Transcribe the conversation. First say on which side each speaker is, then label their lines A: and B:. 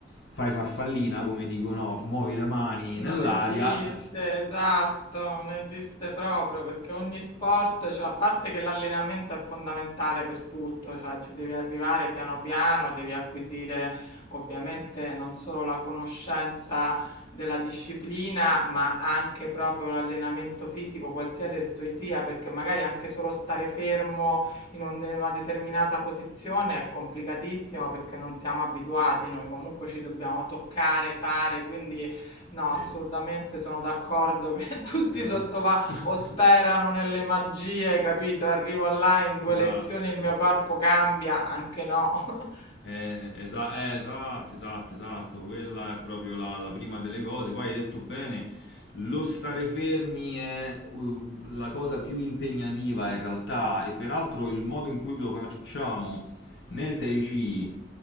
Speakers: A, on the left; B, on the left.
A: fai farfallina, come dicono, muovi le mani
B: Non
A: nell'aria,
B: esiste,
A: eh, f-
B: esatto, non esiste proprio perché ogni sport, cioè a parte che l'allenamento è fondamentale per tutto, cioè ci devi arrivare piano piano, devi acquisire ovviamente non solo la conoscenza della disciplina, ma anche proprio l'allenamento fisico, qualsiasi esso sia, perché magari anche solo stare fermo in un- in una determinata posizione è complicatissimo perché non siamo abituati, noi comunque ci dobbiamo toccare, fare, quindi No,
A: Sì.
B: assolutamente sono d'accordo che <laughs> tutti
A: Eh
B: sottovalutano
A: là. <laughs>
B: o sperano nelle magie, capito? Arrivo online, due
A: Esatto.
B: lezioni, il mio corpo cambia, anche no. <laughs>
A: Eh, esa- eh, esatto, esatto, esatto. Quella è proprio la, la prima delle cose. Poi hai detto bene, lo stare fermi è uh, la cosa più impegnativa in realtà e peraltro il modo in cui lo facciamo nel Tai Chi